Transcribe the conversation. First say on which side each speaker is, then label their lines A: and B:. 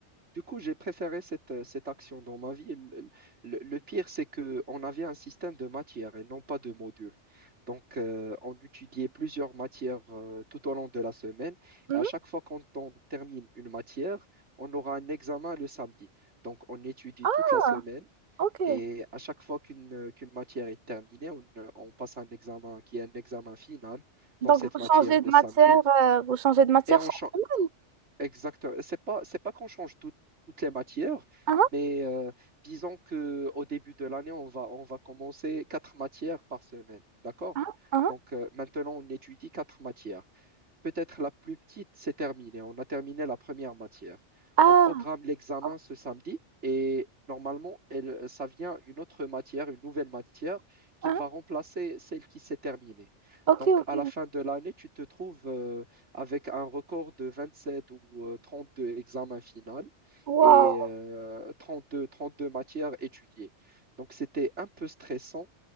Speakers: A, on the right; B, on the right.
A: Du coup, j'ai préféré cette, euh, cette action dans ma vie. Le, le- le pire, c'est qu'on avait un système de matières et non pas de modules. Donc, euh, on étudiait plusieurs matières euh, tout au long de la semaine.
B: Mhm.
A: Et à chaque fois qu'on on termine une matière, on aura un examen le samedi. Donc, on étudie
B: Ah,
A: toute la semaine.
B: ok.
A: Et à chaque fois qu'une euh, qu'une matière est terminée, on, euh, on passe un examen qui est un examen final dans
B: Donc,
A: cette
B: vous
A: matière
B: changez
A: le
B: de
A: samedi.
B: matière, euh, vous changez de matière
A: Et on
B: chaque
A: change.
B: semaine.
A: Exactement. C'est pas, c'est pas qu'on change tout- toutes les matières,
B: Hein?
A: mais euh, disons qu'au début de l'année, on va, on va commencer quatre matières par semaine. D'accord?
B: Hein? Hein?
A: Donc euh, maintenant, on étudie quatre matières. Peut-être la plus petite, c'est terminé. On a terminé la première matière.
B: Ah,
A: On programme l'examen
B: o-
A: ce samedi et normalement, elle- ça vient une autre matière, une nouvelle matière qui
B: hein?
A: va remplacer celle qui s'est terminée.
B: Ok,
A: Donc,
B: ok.
A: à la fin de l'année, tu te trouves euh, avec un record de 27 ou euh, 32 examens finaux
B: Wow.
A: et euh, 32, 32 matières étudiées. Donc, c'était un peu stressant